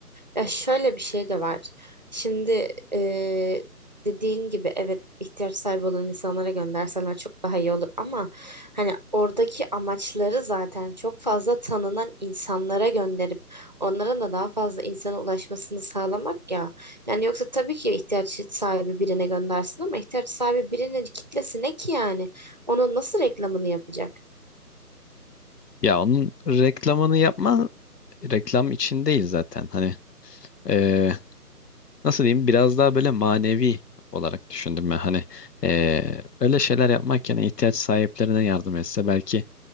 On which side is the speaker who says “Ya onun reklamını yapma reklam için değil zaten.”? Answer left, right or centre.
Left